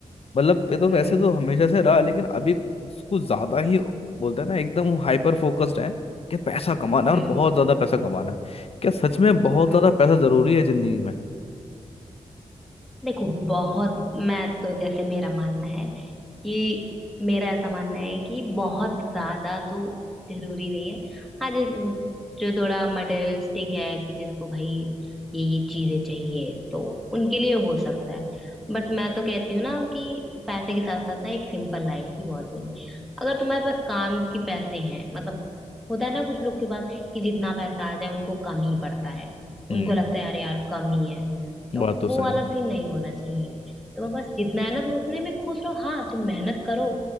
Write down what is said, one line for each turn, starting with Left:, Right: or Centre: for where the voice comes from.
Left: मतलब ये तो
Centre: हम्म
Left: वैसे तो हमेशा से रहा लेकिन अभी कुछ ज्यादा ही बोलते हैं ना एकदम हाइपर फोकस्ड है कि पैसा कमाना है
Centre: हम्म
Left: और बहुत ज्यादा पैसा कमाना है क्या सच में बहुत
Centre: हाँ
Left: ज्यादा पैसा जरूरी है जिंदगी में
Centre: देखो बहुत मैं तो जैसे मेरा मानना है कि मेरा ऐसा मानना है कि बहुत ज्यादा तो जरूरी नहीं है हाँ जो जो थोड़ा मटेरियलिस्टिक है कि जिसको भाई ये ये चीजें चाहिए तो उनके लिए हो सकता है बट मैं तो कहती हूँ ना कि पैसे के साथ साथ ना एक सिंपल लाइफ भी बहुत जरूरी अगर तुम्हारे पास काम के पैसे हैं मतलब होता है ना कुछ लोग के पास कि जितना पैसा आ जाए उनको कम ही पड़ता है
Left: हम्म
Centre: उनको लगता है यार यार कम ही है तो
Left: बात तो
Centre: वो
Left: सही
Centre: वाला
Left: है
Centre: सीन नहीं होना चाहिए तुम्हारे पास जितना है ना तुम उतने में खुश रहो हाँ तुम मेहनत करो